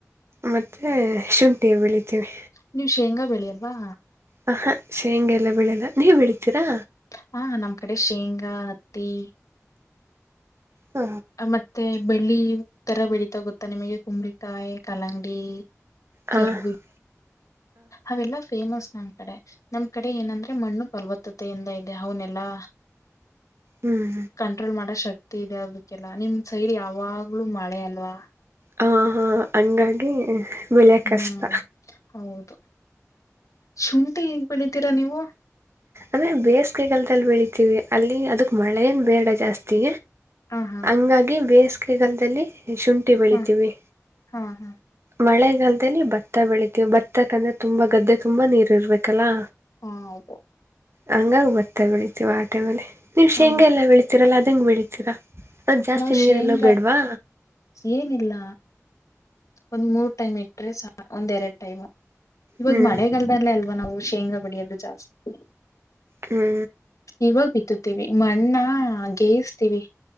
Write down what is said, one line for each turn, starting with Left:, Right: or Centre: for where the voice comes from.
Right: ಮತ್ತೆ ಶುಂಠಿ ಬೆಳಿತೀವಿ.
Left: ನೀವು ಶೇಂಗಾ ಬೆಳೆಯವ್ವಾ.
Right: ಹ ಹಾ ಶೇಂಗೆಲ್ಲ ಬೆಳೆಲ್ಲ ನೀವ್ ಬೆಳಿತೀರಾ.
Left: ಹಾ ನಮ್ಮ್ ಕಡೆ ಶೇಂಗಾ, ಹತ್ತಿ.
Right: ಹ
Left: ಮತ್ತೆ ಬೆಳ್ಳಿ ತರ ಬೆಳೀತಾ ಗೊತ್ತಾ ನಿಮಗೆ ಕುಂಬಳಿಕಾಯಿ, ಕಲ್ಲಂಗರಿ.
Right: ಹ
Left: ಗರ್ಬ ಅವೆಲ್ಲಾ ಫೇಮಸ್ ನಮ್ ಕಡೆ ನಮ್ ಕಡೆ ಏನಂದ್ರೆ ಮಣ್ಣು ಫಲವತ್ತತೆಯಿಂದ ಇದೆ ಅವನೆಲ್ಲಾ.
Right: ಹ್ಮ್
Left: ಕಂಟ್ರೋಲ್ ಮಾಡೋ ಶಕ್ತಿ ಇದೆ ಅದು. ಲ್ಲ ನಿಮ್ ಸೈಡ್ ಯಾವಾಗ್ಲು ಮಳೆ ಅಲ್ವಾ.
Right: ಹ ಹಾ ಹಂಗಾಗಿ ಬೆಳೆಯದು
Left: ಹ್ಮ್
Right: ಕಷ್ಟ.
Left: ಹೌದು ಶುಂಠಿ ಹೇಗ್ ಬೆಳಿತೀರಾ ನೀವು.
Right: ಅದೇ ಬೇಸಿಗೆಗಾಲದಲ್ಲಿ ಬೆಳಿತೀವಿ ಅಲ್ಲಿ ಅದಕ್ ಮಳ ಏನ್ ಬೇಡ ಜಾಸ್ತಿ.
Left: ಹ ಹಾ
Right: ಹಂಗಾಗಿ ಬೇಸಿಗೆಗಾಲದಲ್ಲಿ. ಶುಂಠಿ ಬೆಳಿತೀವಿ
Left: ಹಾ ಹಾ ಹಾ
Right: ಮಳೆ. ಈಗಾಲದಲ್ಲಿ ಭತ್ತ ಬೆಳಿತೀವಿ ಭತ್ತಕಂದ್ರೆ ತುಂಬಾ ಗದ್ದೆ ತುಂಬಾ ನೀರು ಇರ್ಬೇಕಲ್ಲಾ.
Left: ಹಾ ಆಯತ
Right: ಹಂಗಂಗ ಬರ್ತಾ ಬೆಳತಿವ ಆಟೆ ಮೇಲೆ ನಿಮ್ ಶೇಂಗಗೆಲ್ಲ
Left: ಹಾ
Right: ಬೆಳಿತೀರಲ್ಲ ಅದಂಗ ಬೆಳಿತೀರಾ ಅದ ಜಾಸ್ತಿ
Left: ನಾವು
Right: ನೀರೆಲ್ಲ
Left: ಶೇಂಗಾ
Right: ಬೇಡ್ವಾ
Left: ಏನಿಲ್ಲ ಒಂದ್ ಮೂರ್ ಟೈಮ್ ಇಟ್ರೆ ಸ ಒಂದ್ ಎರಡ್ ಟೈಮ್ ಇವಾಗ
Right: ಹ್ಞೂ
Left: ಮಳೆಗಾಲದಲ್ಲೇ ಅಲ್ವಾ ನಾವು ಶೇಂಗಾ ಪಡಿಯೋದುದು ಜಾಸ್ತಿ
Right: ಹ್ಞೂ
Left: ಇವಾಗ ಬಿತ್ತತ್ತು ಮಣ್ಣಾ ಗೆಯಿಸ್ತೀವಿ